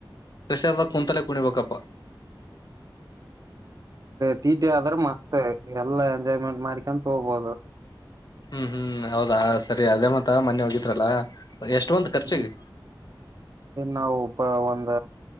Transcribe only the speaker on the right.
ಟೀಟಿ ಆದರ ಮಸ್ತ್ ಎಲ್ಲಾ ಎಜಾಯ್ಮೆಂಟ್ ಮಾ್ರಿಕ ತೋೋಗಬೋದು.
ಹ್ಮ್ ನಾವು ಒಬ್ಬ ಒಂದ.